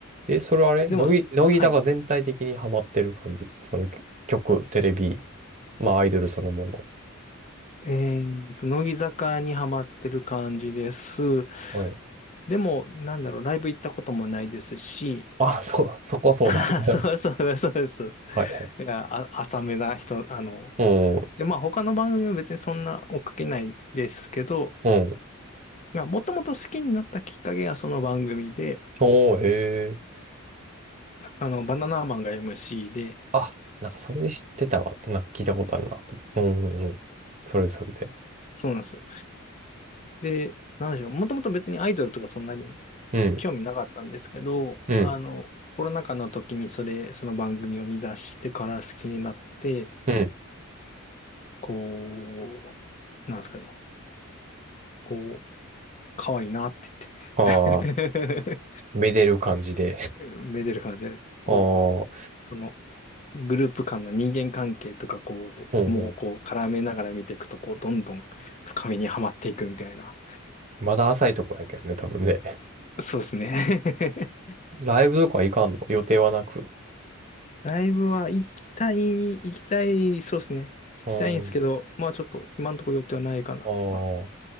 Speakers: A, on the right; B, on the left.
A: え、それあれ乃木、
B: でも、
A: 乃木坂全体的にハマってる感じその曲、
B: はい。
A: 曲テレビ、まあアイドルそのも
B: えーと、乃木坂にハマってる感じです。
A: の。はい。
B: でも、なんだろう、ライブ行ったこともないですし、
A: あ、そう、そこはそうなんや。
B: <laughs> あーそうそうです、そうです、そうです。
A: <laughs> はいはい。
B: だから、あ、浅めな人、あの、
A: うん、
B: で、まあ他の番組は別にそんな追っかけないですけど、
A: うん。
B: まあ、もともと好きになったきっかけがその番組で、
A: おー、へえ。
B: あの、バナナマンが MC で、
A: あ、なんかそれで知ってたわ。なんか聞いたことあるなと。うんうんうん。それそれで。
B: そうなんですよ。で、なんでしょう、もともと別にアイドルとかそんなに
A: うん、
B: 興味なかったんですけど、
A: うん、
B: あの、コロナ禍の時にそれ、その番組を見出してから好きになって、
A: うん。
B: こう、なんですかね、こう、可愛いなって
A: ああ、
B: 言って
A: めでる感じで。<laughs>
B: <laughs> めでる感じで、こう、
A: ああ、う
B: その、グループ間の人間関係とか、こう、
A: んうん。
B: もうこう、絡めながら見ていくと、こう、どんどん深みにはまっていくみたいな。
A: まだ浅いとこやけどね、多分ね。
B: そうですね <laughs>
A: ライブとか行かんの予定はなく。
B: ライブは行きたい、行きたい、そうですね。行きたいんですけど、
A: うん。
B: まあちょっと今のところ予定はないかなと。
A: ああ、
B: まあ、